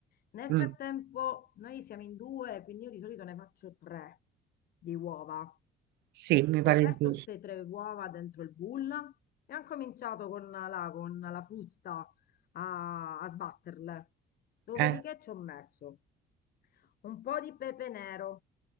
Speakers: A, on the left; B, on the right.
A: Nel frattempo,
B: mm,
A: noi siamo in due, quindi io di solito ne faccio tre di uova.
B: Sì, mi pare
A: Ho aperto
B: giusto.
A: ste tre uova dentro il bowl e han cominciato con la, con la frusta a, a sbatterle. Dopodiché
B: Eh,
A: ci ho messo un po' di pepe nero